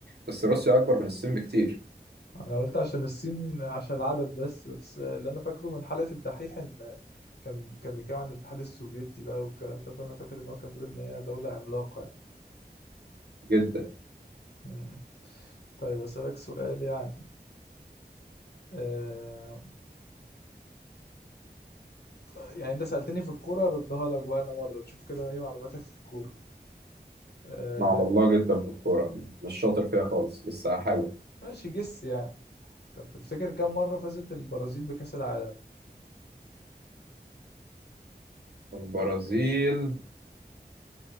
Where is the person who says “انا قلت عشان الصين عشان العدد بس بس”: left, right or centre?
Left